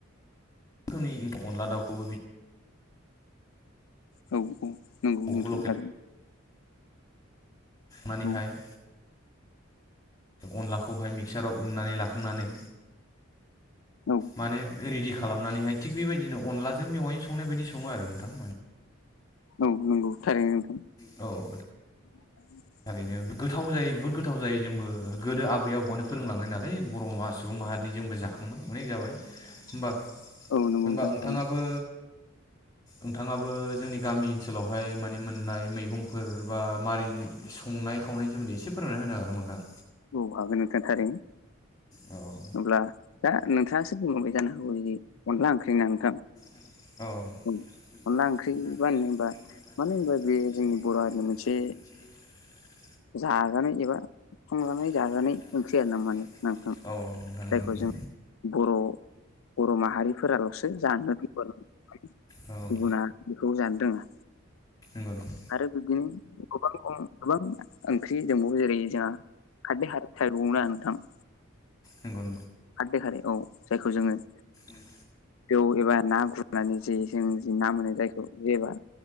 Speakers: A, on the left; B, on the left.
A: रोखोमनि अनला दाउखौबो बि
B: औ औ नोंगौ
A: बेखौ
B: नोंथां थारैनो।
A: मानेहाय
B: औ
A: अनलाखौहाय मिक्साराव उन्नानै लाखांनानै
B: औ
A: माने रेडि खालामनानैहाय थिग बेबायदिनो अनलाजों मेवायजों संनाय बायदि सङो आरो नोंथां माने
B: औ नोंगौ थारैनो नोंथां।
A: औ
B: <inaudible>
A: ओरैनो गोथाव जायो बुहुद गोथाव जायो जोंबो गोदो आबै आबौआनो फोरोंलांनाय नालाय बर मास सुबुं माहारिनि जोंबो जाखांबाय अनेक जाबाय होमबा
B: औ नंगौ
A: होनबा
B: नोंथां
A: ओंथाङाबो
B: थारैनो
A: ओंथाङाबो जोंनि गामि ओनसोलावहाय माने मोननाय मैगंफोर बा मारै संनाय खावनायनि सोमोन्दै एसे फोरमायना होनो हागोन नोंथां
B: औ हागोन नोंथां थारैनो
A: औ
B: अब्ला दा नोंथाङा एसे बुंलांबाय जानो हागौ जेरै अनला ओंख्रिना नोंथां
A: औ
B: औ अनला ओंख्रि मानो होनबा
A: <unintelligible>
B: मानो होनबा बे जोंनि बर' हारिनि मोनसे जाजानाय एबा संनानै
A: नोंथां
B: जाजानाय ओंख्रि आरो ना मानो ना नोंथां
A: नंगौ
B: जायखौ
A: नंगौ
B: जों बर' बर' माहारिफोरालसो जानो <unintelligible> गुबुना
A: औ
B: बेखौ जानो रोङो
A: नोंगौ नों
B: आरो बिब्दिनो गोबां अर गोबां ओंख्रि दंबावो जेरै जोंहा <unintelligible>
A: नोंगौ नों
B: खारदै खारै औ जायखौ जोङो
A: उम
B: जौ एबा ना गुरनानै जायो जोंनिजों ना मोनो जायखौ एबा